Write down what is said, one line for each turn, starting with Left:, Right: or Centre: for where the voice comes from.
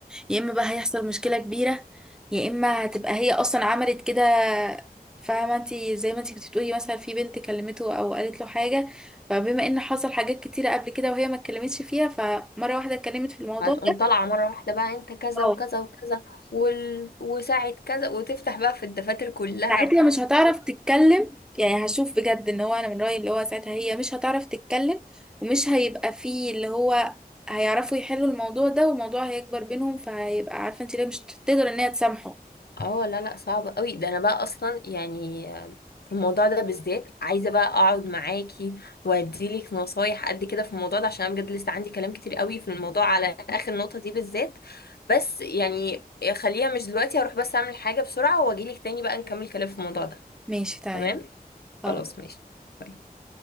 Centre: يا اما بقى هيحصل مشكلة كبيرة يا اما هتبقى هي اصلا عملت كده فاهمة انتي زي ما انتي كنت بتقولي مثلا في بنت كلمته او قالت له حاجة فبما ان حصل حاجات كتيرة قبل كده وهي ما اتكلمتش فيها فمرة واحدة اتكلمت في الموضوع
Left: هتقوم طالعه مره واحده بقى انت كذا
Centre: ده
Left: وكذا وكذا وال... وساعه كذا وتفتح بقى في الدفاتر كلها
Centre: ساعتها مش هتعرف تتكلم يعني هشوف بجد ان هو انا من رأيي اللي هو ساعتها هي مش هتعرف تتكلم ومش هيبقى فيه اللي هو هيعرفوا يحلوا الموضوع ده والموضوع هيكبر بينهم فهيبقى عارفة انت ليه مش تقدر ان هي تسامحه
Left: اه لا لا صعب قوي ده انا بقى اصلا يعني آه، في الموضوع ده بالذات عايزه بقى اقعد معاكي واديلك نصايح قد كده في الموضوع ده عشان انا بجد لسه عندي كلام كتير قوي في الموضوع على اخر نقطه دي بالذات بس يعني خليها مش دلوقتي هروح بس اعمل حاجه بسرعه واجيلك تاني بقى نكمل كلام في الموضوع ده
Centre: ماشي تمام
Left: تمام
Centre: خلاص
Left: خلاص ماشي باي.